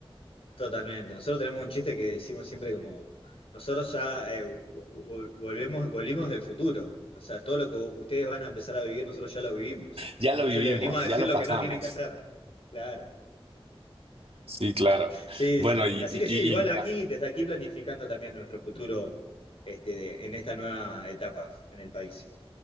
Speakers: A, on the left (about 70°); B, on the right (about 70°).
A: Totalmente. Nosotros tenemos un chiste que decimos siempre como, nosotros ya eh, vo- vo- volvemos, volvimos del futuro. O sea, todo lo que ustedes van a empezar a vivir, nosotros ya lo vivimos.
B: Ya lo
A: Entonces
B: vivimos,
A: le venimos a
B: ya
A: decir
B: lo
A: lo
B: pasamos.
A: que no tienen que hacer. Claro.
B: Sí, claro.
A: Sí,
B: Bueno,
A: sí.
B: y,
A: Así
B: y-
A: que sí, igual
B: y- y,
A: aquí,
B: ah,
A: desde aquí planificando también nuestro futuro este, de- en esta nueva etapa en el país.